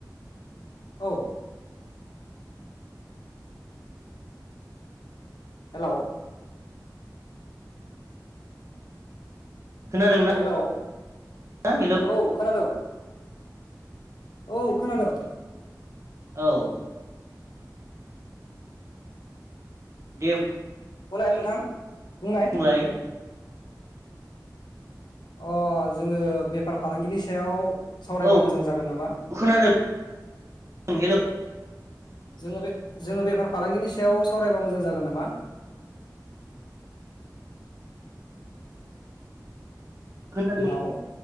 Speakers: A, on the left; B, on the right.
A: औ हेलौ
B: खोनादोंना
A: हेलौ
B: हेलौ
A: औ खोनादों औ खोनादों
B: औ दे
A: उनाय नोंथां बुंनाय
B: बुंलाय
A: अ जोङो बेफार फालांगिनि सायाव सावरायबा
B: औ
A: मोजां जागोन नामा
B: खोनादों हेलौ
A: जोङो बे जोङो बेफार फालांगिनि सायाव सावरायबा मोजां जागोन नामा
B: खोनादों
A: हेलौ